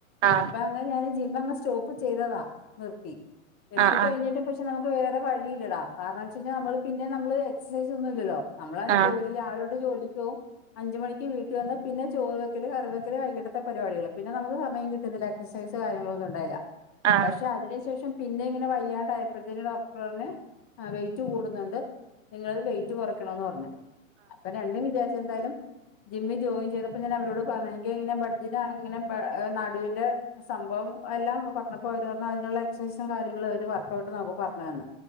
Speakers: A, on the right; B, on the left.
A: ആഹ്
B: അപ്പ പ്പ ഞാൻ ജിമ്മങ്ങ് സ്റ്റോപ്പ് ചെയ്തതാ നിർത്തി നിർത്തി
A: ആഹ്
B: കഴിഞ്ഞിട്ട് ഇപ്പൊ ഷെ നമക്ക് വേറെ വഴിയിലെടാ കാര്ണം എ വെച്ചയ്ഞാ നമ്മള് പിന്നെ നമ്മള് എക്സൈസ് ഒന്നു ഇല്ലല്ലോ. നമ്മള
A: ആഹ്
B: ജോലി രാവിലെ തോട്ട് ജോലിക്കോവും അഞ്ചുമണിക്ക് വീട്ട് വന്ന് പിന്നെ ചോറ് വെക്കല് കറിവ പിനെ വൈകിട്ടെത്തെ പരിപടികള്. പിന്നെ നമുക്ക് സമയം കിട്ടിന്ന്ല്ല എക്സൈസ് കാര്യങ്ങള് ഒന്നും ഉണ്ടായില.
A: ആഹ്
B: പക്ഷെ
A: ആഹ്
B: അതിനുശേഷം. പിന്നെ ഇങ്ങനെ വയ്യാണ്ടായപ്പോഴത്തേന് ഡോക്ട് പറ്ഞ് അ വെയിറ്റ് കൂടുന്നുണ്ട്. നിങ്ങൾ വെയിറ്റ് കൊറയ്ക്കണന്ന് പറ്ഞ്. അപ്പ രണ്ടും വിചാര്ചെന്തയാലും ജിമ്മി ജോയിൻ ചെയ്തപ്പോ ഞാൻ അവരോട് പറഞ്ഞ ഇങ്ങനെ ബഡ്ജിനാ ഇങ്ങനെ പ്പ ഹേ നടുവിന്റെ സംഭവം എല്ലാം പർഞ്ഞപ്പോ ഓര് പറഞ്ഞ് അതിനുള്ള എക്സസൈസും കാര്യങ്ങളും അവര് വർക്കഔട്ട് നമുക്ക് പറഞ്ഞന്ന്.